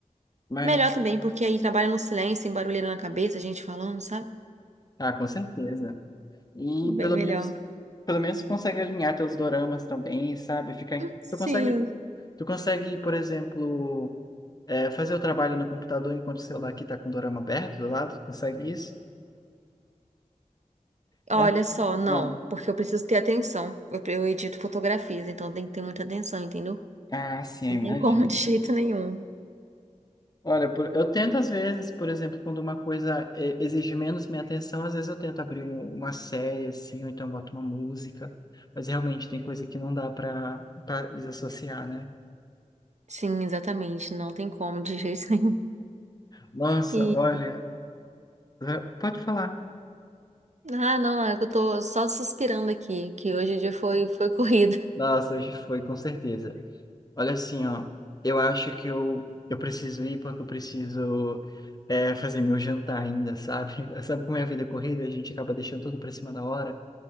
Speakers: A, on the left; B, on the right.
A: Mas,
B: melhor também, porque aí trabalha no silêncio, sem barulheira na cabeça, a gente falando, sabe?
A: ah, com certeza. E
B: Bem
A: pelo
B: melhor.
A: menos, pelo menos tu consegue alinhar teus doramas também, sabe? Ficar em casa.
B: Sim.
A: Tu consegue, tu consegue, por exemplo, é, fazer o trabalho no computador enquanto o celular aqui tá com o dorama aberto do lado? Tu consegue isso?
B: Olha
A: É.
B: só, não,
A: Bom,
B: porque eu preciso ter atenção. Eu, eu edito fotografias, então tem que ter muita atenção, entendeu?
A: ah, sim,
B: Não
A: imagina.
B: tem como, <laughs> de jeito nenhum.
A: Olha, por- eu tento às vezes, por exemplo, quando uma coisa eh, exige menos minha atenção, às vezes eu tento abrir um- uma série assim, ou então boto uma música, mas realmente tem coisa que não dá para para desassociar, né?
B: Sim, exatamente, não tem como, de <laughs> jeito nenhum.
A: Nossa,
B: E,
A: olha, eh, pode falar.
B: ah, não, é que eu tô só suspirando aqui, que hoje o dia foi, foi <laughs> corrido.
A: Nossa, hoje foi, com certeza. Olha assim, ó, eu acho que eu, eu preciso ir porque eu preciso eh, fazer meu jantar ainda, sabe? <laughs> Sabe como é a vida corrida, a gente acaba deixando tudo para cima da hora.